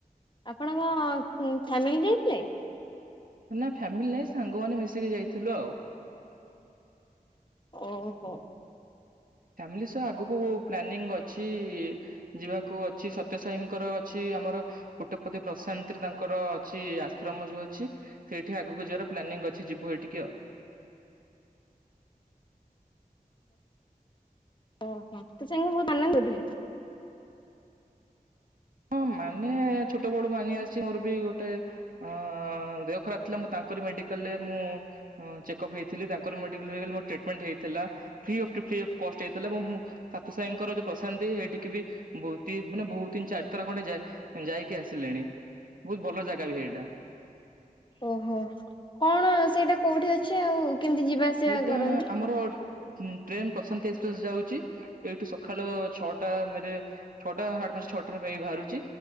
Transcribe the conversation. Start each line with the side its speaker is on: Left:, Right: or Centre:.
Left: ଆପଣଙ୍କ ଉଁ ଫ୍ୟାମିଲି ଯାଇଥିଲେ?
Right: ନା ଫ୍ୟାମିଲି ନାଇଁ ସାଙ୍ଗମାନେ ମିଶିକି ଯାଇଥିଲୁ ଆଉ।
Left: ଓହୋ।
Right: ଫ୍ୟାମିଲି ସହ ଆଗକୁ ପ୍ଲାନିଂ ଅଛି ଯିବାକୁ ଅଛି ସତ୍ୟ ସାଇଙ୍କର ଅଛି ଆମର କୁଟପତି ପ୍ରଶାନ୍ତରେ ତାଙ୍କର ଅଛି ଆଶ୍ରମ ଯୋଉ ଅଛି। ସେଇଠି ଆଗକୁ ଯିବାର ପ୍ଲାନିଂ ଅଛି ଯିବୁ ଏଇଠିକି ଆଉ
Left: ଓହୋ ତ ସାଙ୍ଗଙ୍କୁ ବହୁତ ଆନନ୍ଦ ଥାଏ।
Right: ହଁ ମାନେ ଛୋଟ ବଳୁ ମାନି ଆସିଚି ମୋର ବି ଗୋଟେ ଅ ଦେହ ଖରାପ ଥିଲା ମୁଁ ତାଙ୍କରି ମେଡିକାଲରେ ମୁଁ ଆଁ ଚେକ ଅପ୍ ହେଇଥିଲି ତାଙ୍କର ମେଡିକଲ ମୁ ଟ୍ରିଟମେଣ୍ଟ ହେଇଥିଲା ଫ୍ରି ଅଫ କଷ୍ଟ ରେ ହେଇଥିଲା ମୁଁ ମୁଁ। ସାତ ସାଇଙ୍କର ଯୋଉ ପ୍ରଶାନ୍ତି ସେଇଠିକି ବି ବହୁତି ମାନେ ବହୁତ ତିନି ଚାରି ଦି ଥର ଖଣ୍ଡେ ଯା-ଯାଇକି ଆସିଲିଣି ବହୁତ ଭଲ ଜାଗା ବି ଏଇଟା।
Left: ଓହୋ କଣ ସେଇଟା କୋଉଠି ଅଛି ଆଉ କେମିତି ଯିବା ଆସିବା
Right: ଏଇଟା
Left: କରନ୍ତି?
Right: ଆମର ଟ୍ରେନ ପ୍ରଶାନ୍ତି ଏକ୍ସପ୍ରେସ ଯାଉଛି ଏଇଠି ସକାଳ ଛଅଟା ମେରେ ଛଅଟା ସାଢ଼େ ପାଞ୍ଚଟା ଛଅଟାରେ ମେରେ ବାହାରୁଛି।